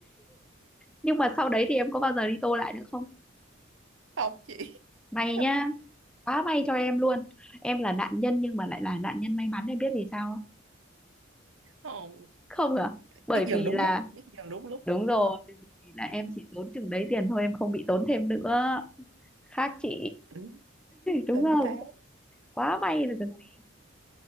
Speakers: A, in the centre; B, on the right (about 75°).
A: nhưng mà sau đấy thì em có bao giờ đi tô lại nữa không?
B: học chị
A: May
B: Xong,
A: nhá, quá may cho em luôn. Em là nạn nhân nhưng mà lại là nạn nhân may mắn, em biết vì sao không?
B: không
A: Không à? Bởi
B: biết dừng
A: vì
B: đúng
A: là,
B: lúc biết dừng đúng lúc
A: đúng rồi, bởi vì là em chỉ tốn chừng đấy tiền thôi, em không bị tốn thêm nữa. Khác chị.
B: tỉnh
A: đúng
B: tỉnh
A: không
B: táo
A: quá may là được gì.